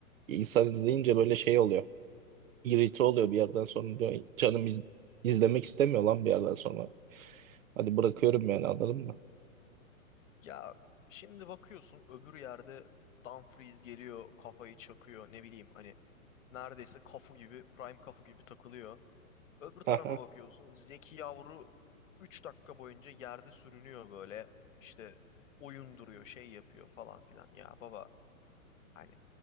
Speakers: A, on the right; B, on the left.
A: İnsan izleyince böyle şey oluyor. İrite oluyor bir yerden sonra diyor. Canım iz- izlemek istemiyor lan bir yerden sonra. Hadi bırakıyorum yani anladın mı?
B: Ya şimdi bakıyorsun öbür yerde Dumfries geliyor, kafayı çakıyor, ne bileyim hani neredeyse kafu gibi, prime kafu gibi takılıyor. Öbür tarafa
A: Aha.
B: bakıyorsun Zeki Yavru 3 dakika boyunca yerde sürünüyor böyle. İşte oyun duruyor, şey yapıyor falan filan. Ya baba Hani